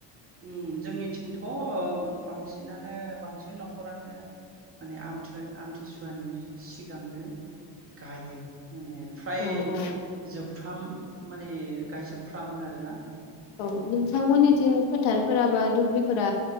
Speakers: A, on the right; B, on the left.
A: ओम जोंनिथिंथ' अ बांसिनानो बांसिन न'खरानो माने आमथि आमथिसुवानि सिगांनो गायो। माने फ्राय
B: अ अ
A: जोबफ्राम माने गायजोबफ्रामो आरो ना।
B: औ नोंथांमोननिथि फोथारफोराबा दुब्लि फोर